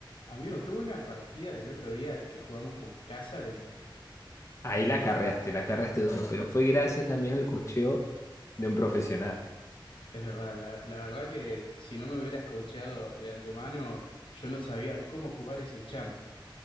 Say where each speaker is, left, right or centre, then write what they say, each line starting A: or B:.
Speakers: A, on the left; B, on the left.
A: Amigo, qué buena partida del otro día que jugamos con casa y
B: Ahí la carreaste, la carreaste duro, pero fue gracias también al cocheo de un profesional.
A: es verdad, la, la verdad que si no me hubieras coacheado de antemano, yo no sabía cómo jugar ese champ.